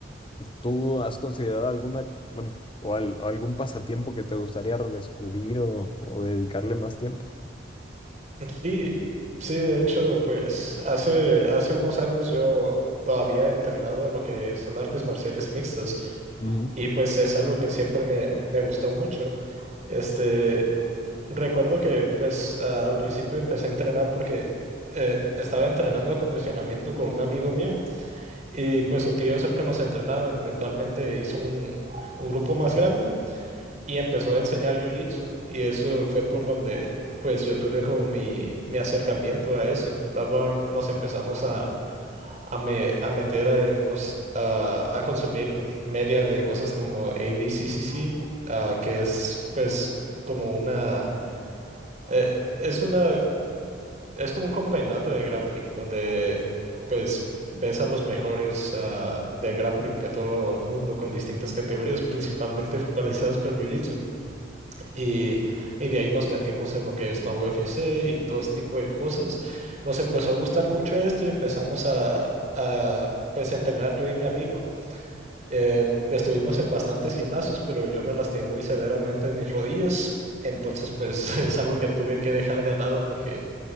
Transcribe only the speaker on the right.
Sí, sí, de hecho, pues hace, hace unos años yo todavía entrenaba lo que son artes marciales mixtas
y pues es algo que siempre me, me gustó mucho. Este, recuerdo que pues a- al principio empecé a entrenar porque eh, estaba entrenando acondicionamiento con un amigo mío y pues su tío es el que nos entrenaba, eventualmente hizo un, un grupo más grande y empezó a enseñar jiu-jitsu y eso fue por donde pues yo tuve como mi, mi acercamiento a eso. Luego em, nos empezamos a, a, me- a meter en cos- a, a consumir media de cosas como ADCCC, ah, que es pues como una... eh, es una es como un campeonato de grappling donde pues ves a los mejores ah, de grappling de todo el mundo con distintas categorías, principalmente focalizadas por el Jiu-Jitsu. Y, y de ahí nos metimos en lo que es la UFC y todo este tipo de cosas. Nos empezó a gustar mucho esto y empezamos a, a, pues a entrenar yo y mi amigo. Eh, estuvimos en bastantes gimnasios, pero yo me lastimé muy severamente mis rodillas. Entonces, pues <laughs> es algo que tuve que dejar de lado porque